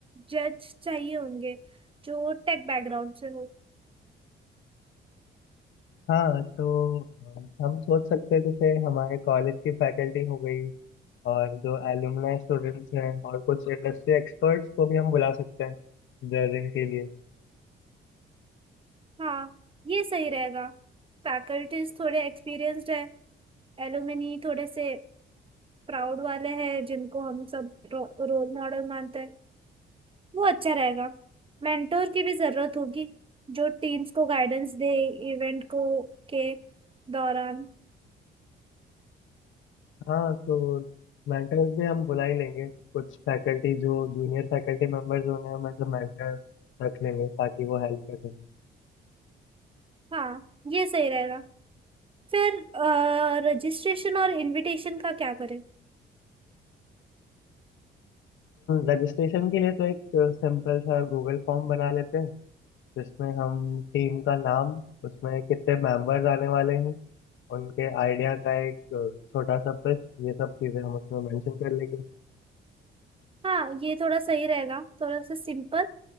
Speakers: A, on the right; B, on the left.
A: जज चाहिए होंगे जो टेक बैकग्राउंड से हो
B: हाँ तो अम, हम सोच सकते हैं जैसे हमारे कॉलेज की फैकल्टी हो गई और जो एलुमनाई स्टूडेंट्स हैं और कुछ इंडस्ट्री एक्सपर्ट्स को भी हम बुला सकते हैं जजिंग के लिए
A: हाँ ये सही रहेगा फैकल्टीज थोड़े एक्सपीरियंस्ड है एलुमनी थोड़े से प्राउड वाले हैं जिनको हम सब रोल मॉडल मानते हैं वो अच्छा रहेगा मेंटोर की भी जरूरत होगी जो टीम्स को गाइडेंस दे इवेंट को के दौरान
B: हाँ तो मेंटर्स भी हम बुला ही लेंगे कुछ फैकल्टी जो जूनियर फैकल्टी मेंबर्स होंगे हम एज मेंटर रख लेंगे ताकि वो हेल्प कर सकें
A: हाँ ये सही रहेगा फिर रजिस्ट्रेशन और इनविटेशन का क्या करें
B: रजिस्ट्रेशन के लिए तो एक सिंपल सा गूगल फॉर्म बना लेते हैं जिसमें हम टीम का नाम उसमें कितने मेंबर्स आने वाले हैं उनके आइडिया का एक अ, छोटा सा पिच ये सब चीज़ें हम उसमें मेंशन कर लेंगे
A: हाँ ये थोड़ा सही रहेगा थोड़ा सा सिंपल